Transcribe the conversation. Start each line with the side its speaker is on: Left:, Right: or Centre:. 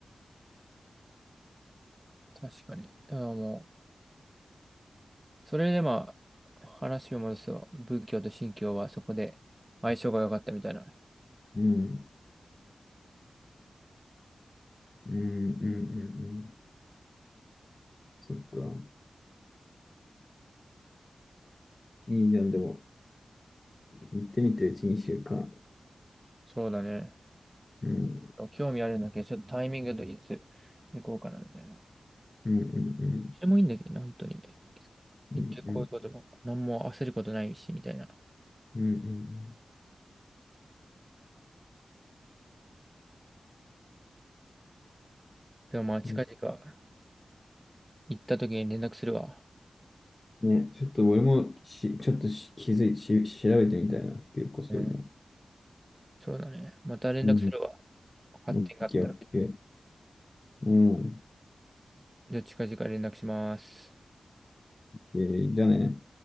Right: 確かに。だからもう、それでまあ、話を戻すと、仏教と神教はそこで相性が良かったみたいな。
Left: うん。うん。うん。うんうん。そっか。いいじゃん、でも。行ってみて、うち2週間。
Right: そうだね。
Left: うん。
Right: 興味あるんだけど、ちょっとタイミングといつ行こうかなみたいな。
Left: うん。うん。
Right: でもいいんだけどね、本当に。
Left: うん。
Right: 結局こういうことも、
Left: うん。
Right: 何も焦ることないし、みたいな。
Left: うん。うん
Right: でもまあ、近々
Left: うん
Right: 行った時に連絡するわ。
Left: ね、ちょっと俺もし、ちょっとし気づい、し、調べてみたいな。結構そういうの。
Right: うん。そうだね。また連絡するわ。
Left: うん。
Right: 発展があったら。
Left: オッケー、オッケー。うん。
Right: じゃあ近々連絡します。
Left: えーじゃあね。